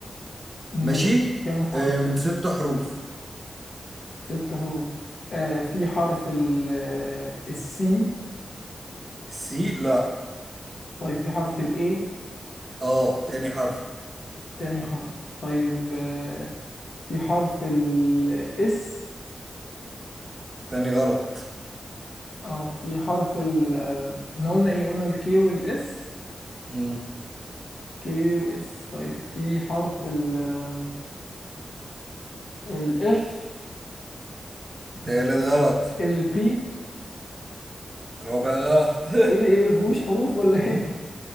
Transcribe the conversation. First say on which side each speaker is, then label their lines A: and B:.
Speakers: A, on the left; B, on the right.
A: ماشي
B: ماشي
A: كام حرف
B: آه من ست حروف
A: ست حروف آه في حرف ال السي
B: سي لا
A: طيب في حرف ال A
B: اه تاني حرف
A: تاني حرف طيب آه، في حرف ال S
B: تاني غلط
A: اه في حرف ال آه، احنا قلنا ايه قلنا ال K وال S
B: مم.
A: K و S طيب في حرف ال آه، ال F
B: تالت غلط
A: ال P
B: رابع غلط <laughs>
A: ايه ايه مفيهوش حروف ولا ايه